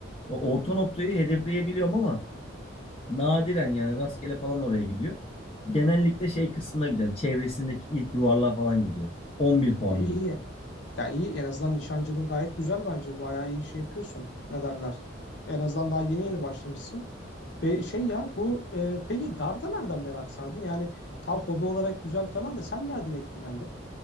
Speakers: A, on the left; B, on the left.
A: Ya orta noktayı hedefleyebiliyorum ama nadiren yani rastgele falan oraya gidiyor. Genellikle şey kısmına giden çevresindeki ilk yuvarlığa falan gidiyor. 11 puan
B: İyi
A: diyeyim.
B: iyi. Ya iyi en azından nişancılığın gayet güzel bence. Bayağı iyi şey yapıyorsun. Ne derler? En azından daha yeni yeni başlamışsın. Ve şey ya bu e, peki darda nereden merak sardın? Yani tam hobi olarak güzel falan da sen nereden etkilendin?